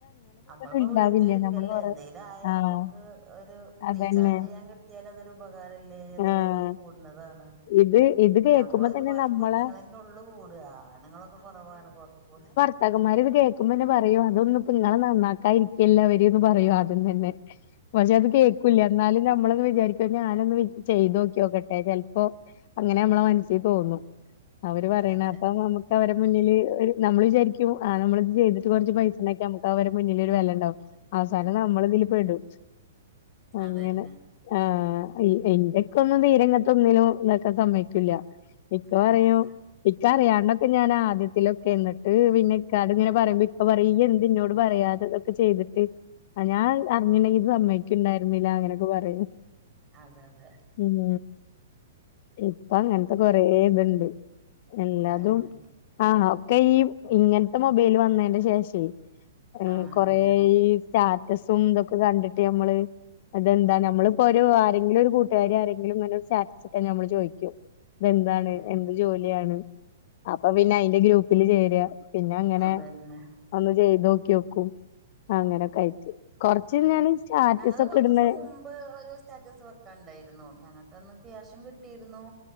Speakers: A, on the right; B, on the left.
A: അമ്മളിപ്പോ
B: ഉണ്ടാവില്ല
A: വീട്ടിലിരിക്കല്ലേ
B: നമ്മള് കൊറേ
A: എന്തെലും ആയാ
B: ആഹ്
A: അമ്മക്ക് ഒരു
B: അതന്നെ
A: റീച്ചാർജ് ചെയ്യാൻ കിട്ടിയാലതൊരു ഉപകാരല്ലേന്ന്
B: ആഹ്
A: ഇള്ളതില് കൂട്ണതാണ്.
B: ഇത് ഇത് കേക്കുമ്പോ
A: ഞമ്മൾ ഒരുപാടി
B: തന്നെ നമ്മളെ
A: പെണ്ണുങ്ങളന്നെള്ളു കൂടാ ആണുങ്ങളൊക്കെ കൊറവാണ് കൊറ കൂടെ
B: ത്തക്കന്മാര് ഇത് കേക്കുമ്പോന്നെ പറയും അതൊന്നും ഇപ്പോ ഇങ്ങെളെ നന്നാക്കാരി ഇല്ല അവര്ന്ന് പറയും ആദ്യം തന്നെ പക്ഷെ അത് കേക്കൂല്ലാ എന്നാലും ഞമ്മളന്ന് വിചാരിക്ക് ക്കെ ഞാനൊന്ന് വി ചെയ്തോക്കിയോക്കട്ടെ ചെലപ്പോ അങ്ങനെ നമ്മളെ മനസ്സി തോന്നും അവര് പറയണ
A: അതെ
B: അപ്പൊ നമ്മക്ക് അവരെ മുന്നില് ഒര് നമ്മൾ വിചാരിക്കും ആഹ് നമ്മള് ത് ചെയ്തിട്ട് കൊറച്ച് പൈസ ഇണ്ടാക്യാ നമുക്ക് അവരെ മുന്നിലൊരു വെല ഇണ്ടാവും അവസാനം നമ്മൾ ഇതില് പെടും. അങ്ങനെ
A: അതന്നെ
B: ആഹ് ഇൻ ഇന്റക്കൊന്നും തീരെ ഇങ്ങട്ട് ഒന്നിലും ഇന്നാക്ക സമ്മയ്ക്കുല്ല ഇക്ക
A: ആഹ്
B: പറയും ഇക്ക അറിയാണ്ടെ <unintelligible> ഞാൻ ആദ്യത്തിലൊക്കെ എന്നിട്ട് പിന്നെക്കാട് ഇങ്ങനെ പറയുമ്പോ ഇക്ക പറയും ഇയ്യെന്തെന്നോട് പറയാതെ ചെയ്തിട്ട് ഞാൻ അറിഞ്ഞിണ്ടെങ്കിത് സമ്മയ്ക്കെണ്ടാർന്നില്ല അങ്ങനൊക്കെ പറയും
A: അതെ അതെ
B: ഉം ഇപ്പ അങ്ങൻത്തെ കൊറെ ഇത്ണ്ട് എല്ലാതും
A: അതന്നെ
B: ആഹ് ഒക്കെ ഈ ഇങ്ങൻത്തെ മൊബൈല് വന്നേന്റെ ശേഷെ ഉം
A: ആഹ്
B: കൊറേ
A: അതന്നെ
B: ഈ സ്റ്റാറ്റസും ഇതൊക്കെ കണ്ടിട്ട് നമ്മള് അതെന്താ ഞമ്മളിപ്പോ ഒരു ആരെങ്കിലും ഒരു കൂട്ടുകാരി ആരെങ്കിലും ഇങ്ങനെ ഒര് സ്റ്റാ ച്ചിട്ട് ഞമ്മള് ചോയിക്കും ഇതെന്താണ്
A: ആഹ്
B: എന്ത് ജോലി <unintelligible> അപ്പൊ പിന്നെ അയിന്റെ ഗ്രൂപ്പില് ചേരാ പിന്നെ അങ്ങനെ
A: അതന്നെ
B: ഒന്ന് ചെയ്ത് നോക്കിയോക്കും അങ്ങനെയൊക്കെ ആയിറ്റ് കൊറച്ച് ഞാൻ സ്റ്റാറ്റസൊക്കെ
A: ഞങ്ങള് കൊറച്ചീസം
B: ഇട്ണേ
A: മുമ്പ് ഒരു സ്റ്റാറ്റസ് വെക്കണ്ടായിരുന്നു ഞങ്ങൾക്കന്ന് ക്യാഷും കിട്ടീരുന്നു